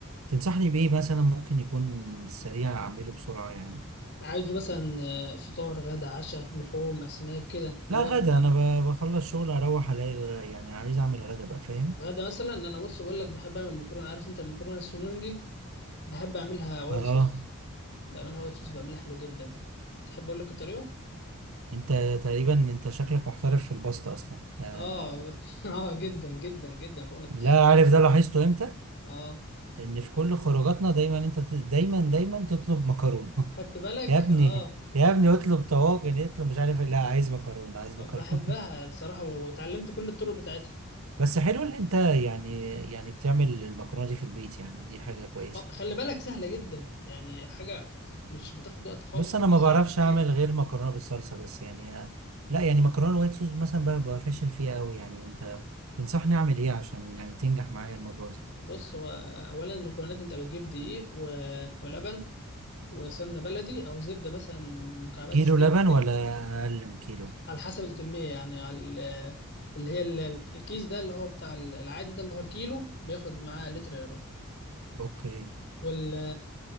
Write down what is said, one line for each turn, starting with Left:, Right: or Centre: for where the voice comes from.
Right: تنصحني بإيه مثلا ممكن يكون سريع أعمله بسرعة يعني
Left: عايزه مثلا آه، فطار غدا عشاء لحوم اسماك كده اللي
Right: لا
Left: هو
Right: غدا
Left: انت
Right: أنا ب- بخلص شغل أروح ألاقي الغ- يعني عايز أعمل غدا بقى فاهم؟
Left: غدا مثلا انا بص بقول لك بحب اعمل مكرونه عارف انت المكرونه السنون دي بحب اعملها وايت
Right: آه
Left: صوص بعملها وايت صوص بعملها حلو جدا تحب اقول لك الطريقه
Right: انت تقريبا انت شكلك محترف في الباستا اصلا يعني
Left: اه <laughs> اه جدا جدا جدا فوق ما-
Right: لا عارف ده لاحظته امتى
Left: اه
Right: ان في كل خروجاتنا دايما انت ت- دايما دايما تطلب مكرونه
Left: خدت
Right: <laughs>
Left: بالك
Right: يا ابني
Left: اه
Right: يا ابني اطلب طواجن اطلب مش عارف إيه. لا عايز مكرونه عايز
Left: بحبها
Right: مكرونه <laughs>
Left: بصراحة وتعلمت كل الطرق بتاعتها
Right: بس حلو ان انت يعني يعني بتعمل المكرونه دي في البيت يعني دي حاجه كويسه
Left: اه خلي بالك سهلة جدا يعني حاجة مش بتاخد وقت خالص
Right: بص
Left: ربع
Right: انا ما
Left: ساعة
Right: بعرفش
Left: بالكتير
Right: اعمل غير مكرونه بالصلصه بس يعني ه- لا يعني مكرونه وايت صوص مثلا بقى بقى فاشل فيها قوي يعني انت تنصحني اعمل ايه عشان يعني تنجح معايا المره دي
Left: بص هو أولا المكونات أنت بتجيب دقيق و... ولبن وسمنة بلدي أو زبدة مثلا من مكعبات
Right: كيلو
Left: الزبدة
Right: لبن
Left: دي
Right: ولا اقل من كيلو
Left: على حسب الكمية يعني على ال- اللي هي ال- الكيس ده اللي هو بتاع العادي ده اللي هو الكيلو بياخد معاه لتر لبن
Right: اوكي
Left: وال